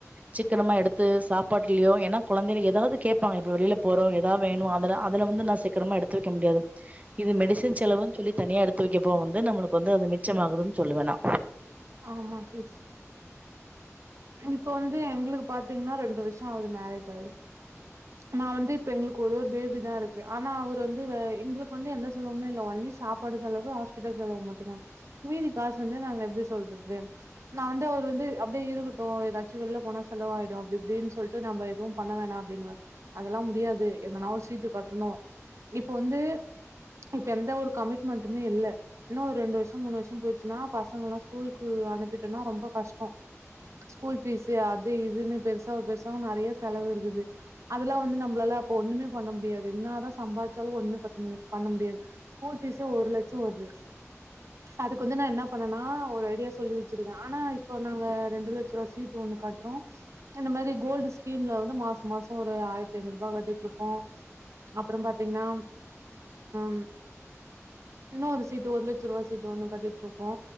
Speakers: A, on the right; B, on the right.
A: சிக்கனமா எடுத்து சாப்பாட்டுலயோ ஏன்னா கொழந்தைக ஏதாவது கேப்பாங்க இப்ப வெளில போறோ ஏதா வேணு அதுல வந்து நா சீக்கினமா எடுத்து வைக்க முடியாது இது மெடிசன் செலவுன்னு சொல்லி தனியா எடுத்து வைக்கப்ப வந்து நம்மளுக்கு வந்து அது மிச்சமாகுதுன்னு சொல்லுவே நா
B: ஆமா சிஸ் இப்ப வந்து எங்களுக்கு பாத்தீங்கன்னா ரெண்டு வருஷோ ஆகுது மேரேஜ் ஆயி நா வந்து இப்ப எங்களுக்கு ஒரே ஒரு பேபி தா இருக்கு ஆனா அவர் வந்து எங்களுக்கு வந்து எந்த செலவுமே இல்ல ஒன்லி சாப் பாடு செலவு ஹாஸ்பிட்டல் செலவு மட்டுந்தா மீதி காசு வந்து நாங்க எப்டி சொல்றது நா வந்து அவர் வந்து அப்டியே இருக்கட்டு ஏதாச்சு வெளில போனா செலவாயிடு அப்டி இப்டின்னு சொல் சோ நம்ம எதுவு பண்ண வேணா அப்டின்னுவே அதெல்லா முடியாது எதன்னாலு ஒரு சீட்டு கட்டணு இப்ப வந்து இப்ப எந்த ஒரு கமிட்மெண்ட்டுமே இல்ல இன்னோ ஒரு ரெண்டு வருஷோ மூணு வருஷோ போயிடுச்சுன்னா பசங்க எல்லா ஸ்கூலுக்கு அனுப்பிட்டன்னா ரொம்ப கஷ்டோ ஸ்கூல் பீஸ்ஸு அது இதுன்னு பெருசாவ பெருசாவ நெறைய செலவு இருக்குது அதெல்லா வந்து நம்மளால அப்ப ஒண்ணுமே பண்ண முடியாது என்னாதா சம்பாதிச்சாலு ஒண்ணுமே பத்த முடி பண்ண முடியாது ஸ்கூல் பீஸு ஒரு லட்சோ வருது அதுக்கு வந்து நா என்ன பண்ணேனா ஒரு ஐடியா சொல்லி வச்சிருக்கே ஆனா இப்ப நாங்க ரெண்டு லட்ச ரூபா சீட் ஒண்ணு கட்டுறோ இந்த மாரி கோல்டு ஸ்கீம்ல வந்து மாச மாசோ ஒரு ஆயிரத்தி ஐநூறு ரூபாய் கட்டிட்டு இருக்கோ அப்பற பாத்தீங்கன்னா ம் இன்னொரு சீட்டு ஒரு லட்ச ரூபா சீட் ஒண்ணு கட்டிட்டுருக்கோ